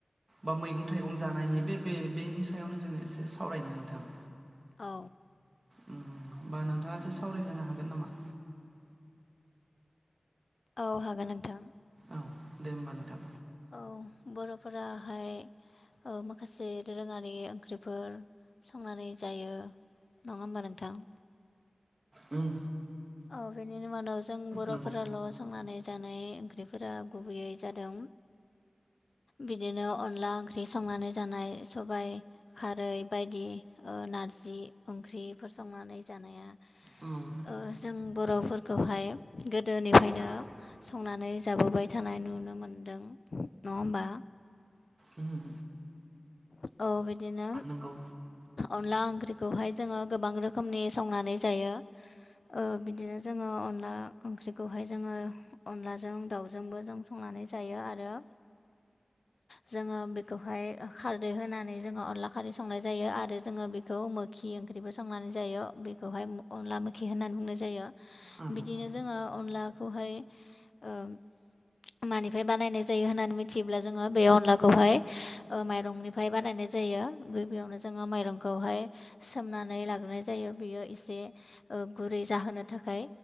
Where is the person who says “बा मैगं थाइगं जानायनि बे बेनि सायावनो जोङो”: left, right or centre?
Right